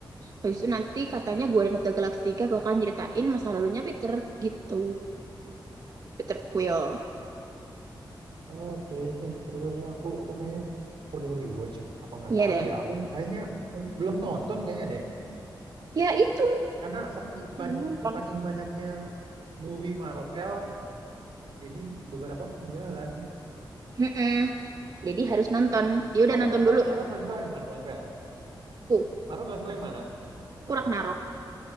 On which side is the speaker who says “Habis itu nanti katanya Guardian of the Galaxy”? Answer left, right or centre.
Right